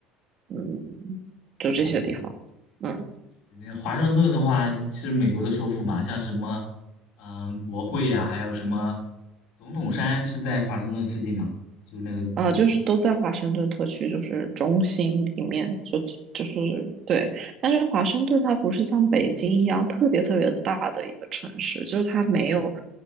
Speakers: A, on the right (about 50°); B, on the left (about 65°).
A: 嗯，就这些地方。
B: 哦，
A: 嗯。
B: 那华盛顿的话是美国的首府嘛，像什么，嗯，国会呀、还有什么总统山是在华盛顿附近嘛，就是那个有，
A: 啊、就是都在华盛顿特区，就是中心里面，就就是对。但是华盛顿它不是像北京一样特别特别大的一个城市，就是它没有